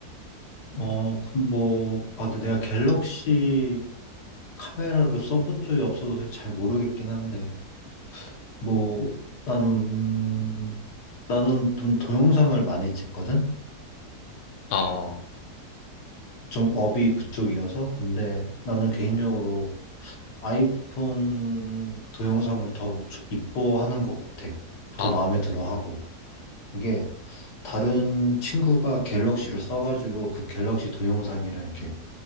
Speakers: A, on the left; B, on the left.
A: 어, 그럼 뭐, 아, 근데 내가 갤럭시 카메라를 써본 적이 없어서 잘 모르겠긴 한데, 뭐, 나는, 음, 나는 좀 동영상을 많이 찍거든?
B: 어,
A: 좀 업이 그쪽이어서. 근데 나는 개인적으로 아이폰 동영상을 더 주- 이뻐하는 것 같아.
B: 어,
A: 더
B: 어,
A: 마음에 들어 하고. 이게, 다른 친구가 갤럭시로 써가지고 그 갤럭시 동영상이랑 이렇게